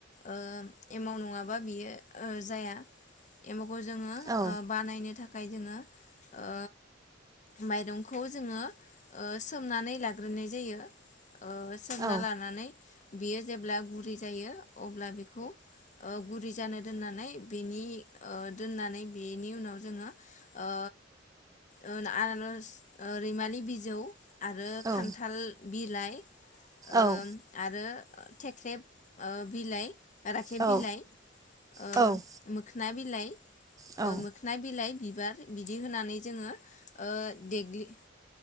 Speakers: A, on the left (about 40°); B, on the right (about 20°).
A: ओ एमाव नङाबा बियो ओ जाया एमाव खौ जोङो
B: औ
A: ओ बानायनो थाख थाखाय जोङो ओ माइरंखौ जोङो ओ सोमनानै लाग्रोनाय जायो ओ सोमना
B: औ
A: लानानै बेयो जेब्ला गुरै जायो अब्ला बेखौ ओ गुरै जानो दोननानै बेनि ओ दोननानै बेनि उनाव जोङो ओ ओ आनारस ओ रैमालि बि जौ आरो
B: औ
A: खान्थाल बिलाइ ओ
B: औ
A: आरो थेख्रेब ओ बिलाइ राखेब
B: औ
A: बिलाइ ओ
B: औ
A: मोखना बि लाय
B: औ
A: ओ मोखना बिलाइ बिबार बिदि होनानै जोंङो ओ देग्लि